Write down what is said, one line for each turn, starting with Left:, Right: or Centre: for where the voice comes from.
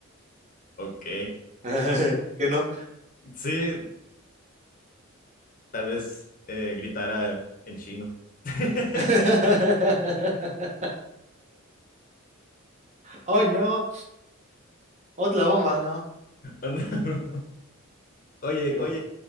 Left: Ok.
Right: <laughs> que no?
Left: Sí, tal vez eh, gritara en chino. <laughs>
Right: <laughs> Oh, no, otra bomba, no.
Left: Anda, bro. Oye,
Right: Qué
Left: oye,
Right: bo-